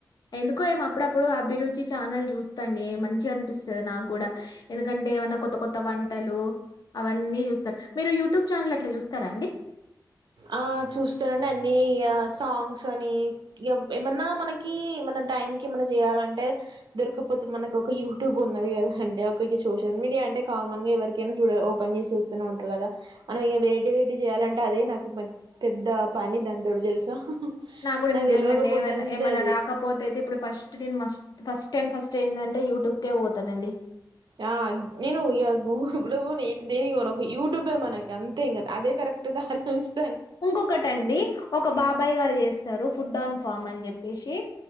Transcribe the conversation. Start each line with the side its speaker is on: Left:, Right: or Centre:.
Left: ఎందుకో ఏమొ అప్పుడప్పుడు అభిరుచి చానల్ చూస్తాండి మంచిగ చిగనిపిస్తది నాగ్గుడా ఎందుకంటే ఏమన్న కొత్త కొత్త వంటలు అవన్నీ చూస్తా మీరు యూట్యూబ్ ఛానల్ అట్ల చూస్తరా అండి
Right: ఆ చూస్తనండి అన్ని గ సాంగ్స్ అని ఏ ఏమన్నా మనకి ఏమన్న టైమ్ కి ఏమన్న జేయాలంటే దొరక్కపోతే మనకొక యూట్యూబ్ ఉన్నది గద అండి, ఒక గి సోషల్ మీడియా అంటే కామన్ గ ఎవరికైనా చూడా ఓపెన్ చేసి చూస్తనే ఉంటరు గద, మనం ఇగ వెరైటి వెరైటి చేయాలంటే అదే నాకు పెద్ద పని దాని తోడు తెలుసా
Left: నా కూడా
Right: నాకు
Left: నిజంగా
Right: తెల్వకపోతే
Left: అండి ఏమన్నా
Right: అంతే
Left: ఏమైన్నా
Right: అది
Left: రాకపోతే అయితే ఇప్పుడు ఫస్ట్ నేను మస్ట్ ఫస్ట్ డ్ ఫస్ట్ ఏంటే యూట్యూబ్కే పోతానండి
Right: ఆ నేనుఊ కూడా బో దేని ఒక యూట్యూబే మన అంతేం కద అదే కరెక్ట్ ద అంది
Left: ఇంకొకటిండి ఒక బాబాయ్ గారు చేస్తారు ఫుడ్ ఆన్ ఫామ్ అని చెప్పేసి